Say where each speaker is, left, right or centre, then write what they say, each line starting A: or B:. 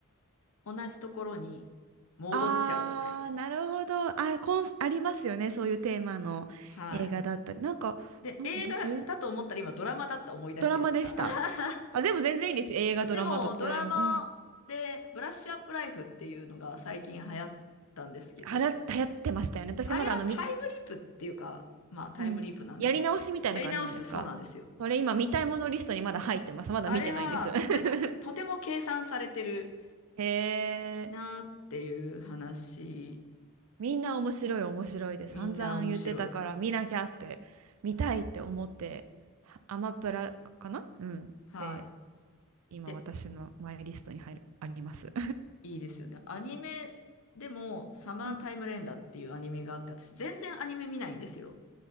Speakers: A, on the left; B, on the right.
A: 同じところに戻っちゃうみたいな。
B: あー、なるほど。あ、コン、ありますよね。そういうテーマの映画だったり。
A: はい。
B: なんか、
A: で、
B: なんか私、
A: 映画だと思ったら今ドラマだった思い出したやつが。
B: ドラマでした。
A: <laughs>
B: あ、でも全然いいですよ。映画、ドラマ、
A: でも、
B: どちらでも。
A: ドラマでブラッシュアップライフっていうのが最近流行ったんですけど、
B: うん。はら、流行ってましたよね。私まだあの、
A: あれはタイムリープっていうか、
B: み、
A: まあタイムリープなんでしょうけど、
B: うん、やり直しみたいな感じなんですかそれ今見たいものリストにまだ入ってます。
A: やり直すそうなんですよ。
B: まだ見てないんです。
A: あれはとても、
B: <laughs>
A: とても計算されてる
B: へえ、
A: なーっていう話、
B: みんな面白い面白いで散々言ってたから見なきゃって、
A: みんな面白い。
B: 見たいって思って、アマプラかなうん。
A: はい。
B: で、今私のマイリストに入る、
A: で
B: あります。
A: いいですよね。アニメでも、サマータイム連打っていうアニメがあって、
B: <laughs> うん
A: 私全然アニメ見ないんですよ。